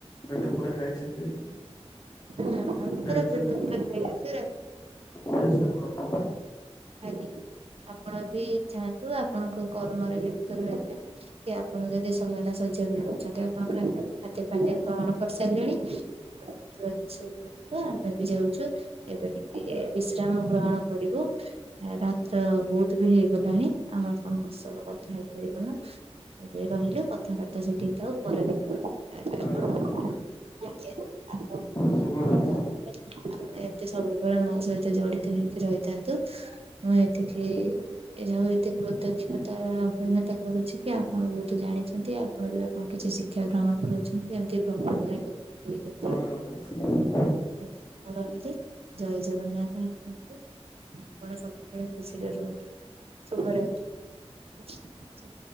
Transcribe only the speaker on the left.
ପେଟ ପୁରା ଖାଇଛନ୍ତି?
ଯାଇ
ତାହେଲେ ଶୋଇପଡ଼।
ଆଜ୍ଞା
ଶୁଭରାତ୍ରି।
ହୋଉ ରଖନ୍ତୁ।